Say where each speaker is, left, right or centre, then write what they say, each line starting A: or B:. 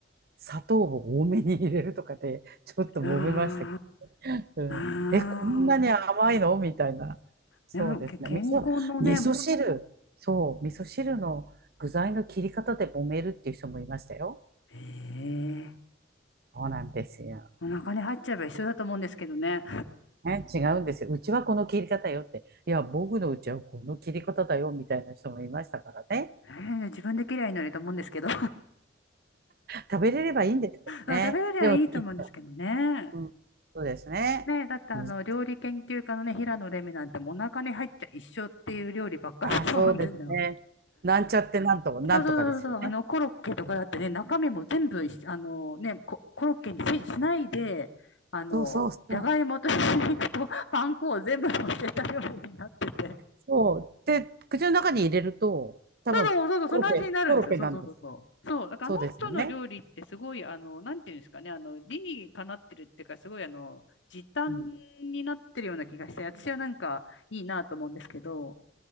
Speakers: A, on the right; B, on the left.
A: 砂糖を多めに入れるとかで、ちょっと揉めましたけ
B: あ
A: ど、うん、
B: あ、ああ。
A: え、こんなに甘いのみたいな。そうですね。
B: でも、け健康のね、
A: 味噌、味噌汁。そう、味噌汁の具材の切り方で揉めるっていう人もいましたよ。
B: ええ
A: そうなんですよ。
B: お腹に入っちゃえば一緒だと思うんですけどね。
A: ね、違うんですよ。うちはこの切り方よって。いや、僕のうちはこの切り方だよみたいな人もいましたからね。
B: ええ自分で嫌いになると思うんですけど。
A: 食べれればいいんですけどね。
B: そう、食べれりゃいいと思うんですけどね。
A: でもきっと、うん、そうですね。
B: ね、だってあの、
A: むず
B: 料理研究家のね、平野レミなんてもうお腹に入っちゃ一緒っていう料理ばっかりだと思うんですよ。
A: あ、そうですね。なんちゃってなんと、なんとかですよね。
B: そうそうそうそう、あの、コロッケとかだってね、
A: うん
B: 中身も全部一緒、あのね、コ、コロッケにし、しないで、あの、
A: そうそうそう。
B: じゃがいもとひき肉とパン粉を全部乗せた料理になってて
A: そう。で、口の中に入れると、多分、
B: そうそうそう、
A: コロッケ、
B: その味になるんですよ。
A: コロッケなんです。
B: そうそうそうそう。そう、だからあの人の料理ってすごい、
A: そうですよね。
B: あの、なんていうんですかね、あの、理にかなってるっていうか、すごい、あの、時短になってるような気がして、
A: うん。
B: 私はなんかいいなと思うんですけど、